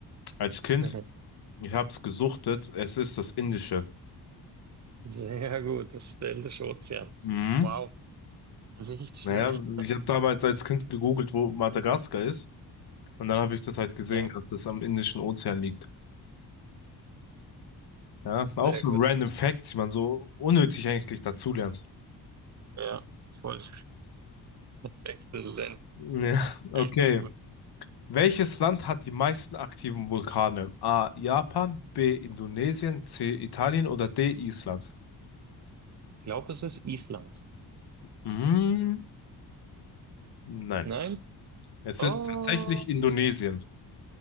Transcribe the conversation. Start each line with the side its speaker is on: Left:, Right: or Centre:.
Left: als Kind.
Right: <laughs>
Left: Ich hab's gesuchtet. Es ist das Indische.
Right: Sehr gut, das ist der Indische Ozean.
Left: Mhm.
Right: Wow, nicht schlecht.
Left: Naja, ich habe damals als Kind gegoogelt, wo Madagaskar ist. Und dann habe ich das halt gesehen,
Right: Ja,
Left: gehabt, dass das am Indischen Ozean liegt. Ja, auch
Right: sehr
Left: so
Right: gut.
Left: random Facts, die man so unnötig eigentlich dazulernt.
Right: Ja, voll. Exzellent.
Left: Ja, okay.
Right: Echt gut.
Left: Welches Land hat die meisten aktiven Vulkane? A. Japan, B. Indonesien, C. Italien oder D. Island?
Right: Ich glaube, es ist Island.
Left: Mhm. Nein.
Right: Nein?
Left: Es
Right: Oh,
Left: ist tatsächlich Indonesien.